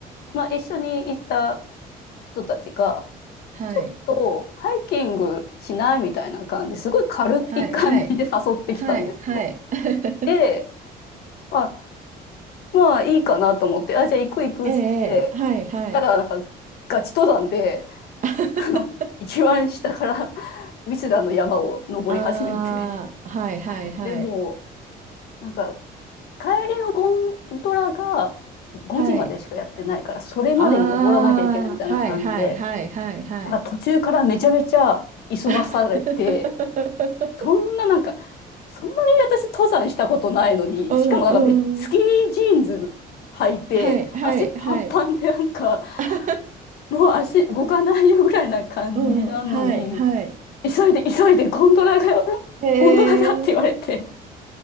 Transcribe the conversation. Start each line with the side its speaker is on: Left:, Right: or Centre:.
Left: まあ、一緒に行った人たちが、
Right: はい、
Left: ちょっとハイキングしないみたいな感じ、すごい軽い感じで誘ってきたんですよ。
Right: はい、はい、はい、はい。<laughs>
Left: で、まあ、まあいいかなと思って、あ、じゃあ行く行くっつって行ったら、
Right: ええ、ええはい、はい。
Left: なんかガチ登山で、
Right: <laughs>
Left: あの、一番下から <laughs> ウィスダーの山を登り始めて、
Right: ああ、はい、はい、はい、
Left: でもう、なんか帰りのゴンドラが5時までしかやってないから、
Right: はい。
Left: それまでに登らなきゃいけないみたいな感じで、
Right: ああ、はい、はい、はい、はい、はい。
Left: なんか途中からめちゃめちゃ急がされて、
Right: <laughs>
Left: そんななんか、そんなに私登山したことないのに、
Right: うん、
Left: しかもなんかめ、スキニージーンズ履いて、
Right: うん。はい、はい、
Left: 足パンパンでなんか、
Right: はい。<laughs>
Left: もう足動かないよぐらいな感じなのに、
Right: うん、はい、はい。
Left: 急いで急いでゴンドラがよ、
Right: へえ。
Left: ゴンドラがって言われて、